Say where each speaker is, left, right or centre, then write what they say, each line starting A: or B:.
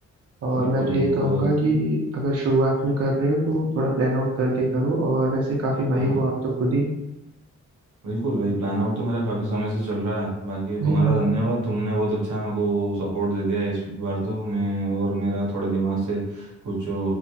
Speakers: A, on the right (about 55°); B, on the right (about 85°).
A: और
B: बिल्कुल
A: मैं तो यही कहूंगा
B: और
A: कि अगर शुरुआत में कर रहे हो तो थोड़ा प्लान आउट करके करो और वैसे काफी
B: हाँ
A: माहिर हो आप तो खुद ही
B: बिल्कुल भाई प्लान आउट तो मेरा काफ़ी समय से चल रहा है बाकी
A: हम्म,
B: तुम्हारा
A: हम्म।
B: धन्यवाद तुमने बहुत अच्छा मेरे को सपोर्ट दे दिया इस बार तो मैं और मेरा थोड़े दिमाग से कुछ जो